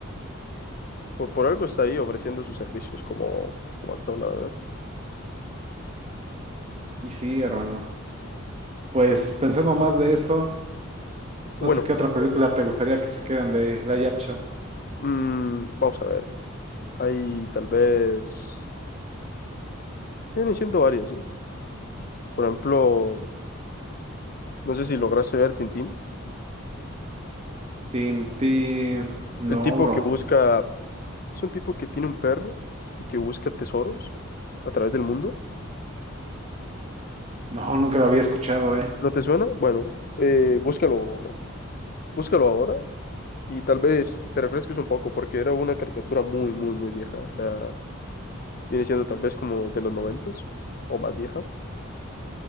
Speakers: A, on the left; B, on the right.
A: Por, por algo está ahí ofreciendo sus servicios como, como actor, la verdad.
B: Y sí, hermano. Pues pensando más de eso,
A: Bueno,
B: no sé qué otra película te gustaría que saquieran de Live Action.
A: mm, vamos a ver. Hay tal vez, sí vienen siendo varias, ¿sí? Por ejemplo, no sé si lograste ver Tintín.
B: Tim, Tim. No,
A: El tipo
B: bro.
A: que busca, es un tipo que tiene un perro y que busca tesoros a través del mundo.
B: No, nunca la había escuchado, ¿eh?
A: ¿No te suena? Bueno, eh, búscalo, búscalo ahora y tal vez te refresques un poco porque era una caricatura muy, muy, muy vieja. O sea, viene siendo tal vez como de los noventas o más vieja.